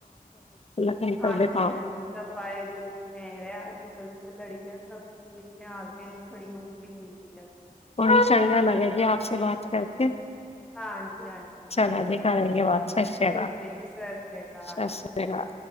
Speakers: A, on the left (about 45°); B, in the centre.
A: <unintelligible>
B: ਹਾਂਜੀ-ਹਾਂਜੀ।
A: ਕਾਮ
B: ਤਾਂ ਵਾਹਿਗੁਰੂ ਦੀ ਮਿਹਰ ਹੈ, ਅੱਜ-ਕੱਲ੍ਹ ਤਾਂ ਲੜਕੀਆਂ ਸਭ ਚੀਜ਼ ਮੇ ਆਗੇ ਹੈ ਬੜੀ <unintelligible> ਮਿਲਦੀ ਹੈ।
A: ਉਹੀ ਚੰਗਾ ਲੱਗਾ ਦੀ ਆਪਸੇ ਬਾਤ ਕਰਕੇ,
B: ਹਾਂਜੀ ਹਾਂਜੀ
A: ਚਲੋ
B: ਠੀਕ
A: ਜੀ
B: ਹੈ
A: ਕਰੇਗੇ <unintelligible> ਸਤਿ ਸ੍ਰੀ
B: ਠੀਕ
A: ਅਕਾਲ
B: ਹੈ ਜੀ ਸਤਿ ਸ੍ਰੀ ਅਕਾਲ
A: ਸਤਿ ਸ੍ਰੀ- ਸ੍ਰੀ ਕਾਲ